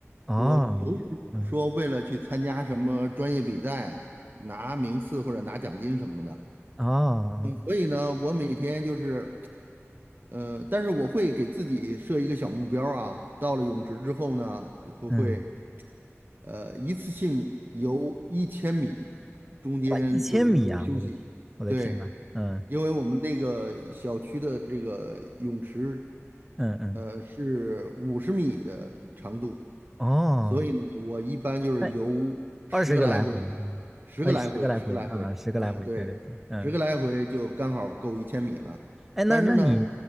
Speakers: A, in the centre; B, on the right.
A: 哦嗯
B: 我不是说为了去参加什么专业比赛，拿名次或者拿奖金什么的。
A: 哦
B: 所以呢，我每天就是呃，但是我会给自己设一个小目标儿啊，到了泳池之后呢，就会会
A: 嗯，
B: 呃一次性游一千米，中间就是不休息。
A: 哇，一千米啊！我的天，我的天呐，
B: 对，
A: 嗯
B: 因为我们那个小区的这个泳池，
A: 嗯嗯，
B: 呃是五十米的长度，
A: 哦，
B: 所以呢，我一般就是游十个来回，
A: 那二十个来回是吗？
B: 十个来回，
A: 哎，十个来回啊，
B: 十个来回，
A: 十个来回，
B: 嗯，对，
A: 对对对，
B: 十个来回就刚好够一千米了。
A: 嗯哎，那那
B: 但是呢，
A: <laughs> 你，